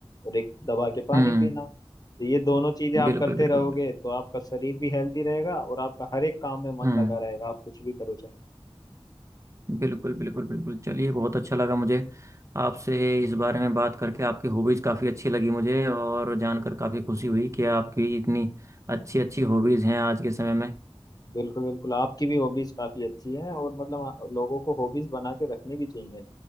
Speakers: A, on the left; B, on the right.
A: और एक दबा के पानी
B: हम्म
A: पीना तो ये दोनों चीजें आप
B: बिल्कुल
A: करते
B: बिल्कुल
A: रहोगे तो आपका शरीर भी हेल्दी रहेगा और आपका हर एक काम में
B: हम्म
A: मन लगा रहेगा आप कुछ भी करो चाहे
B: बिल्कुल बिल्कुल बिल्कुल चलिए बहुत अच्छा लगा मुझे आपसे इस बारे में बात करके आपकी हॉबीज़ काफ़ी अच्छी लगी मुझे और जानकर काफ़ी खुशी हुई कि आपकी इतनी अच्छी अच्छी हॉबीज़ हैं आज के समय में
A: बिल्कुल बिल्कुल आपकी भी हॉबीज काफी अच्छी हैं और मतलब आ- लोगों को हॉबीज बना के रखनी भी चाहिए